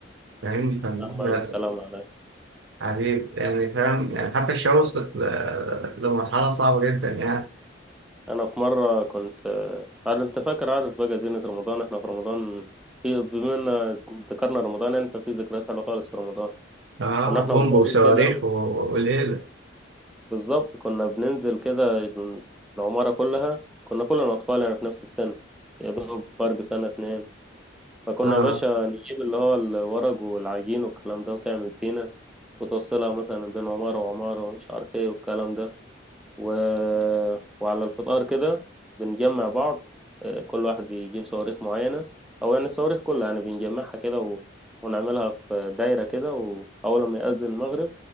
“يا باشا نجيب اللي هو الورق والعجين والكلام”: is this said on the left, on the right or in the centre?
Centre